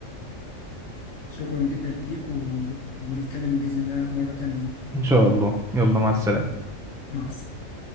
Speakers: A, on the left (about 70°); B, in the centre.
A: شكرا جدا ليك و... ونتكلم بإذن الله مرة تانية
B: ان شاء الله يلا مع السلامه
A: مع السلامة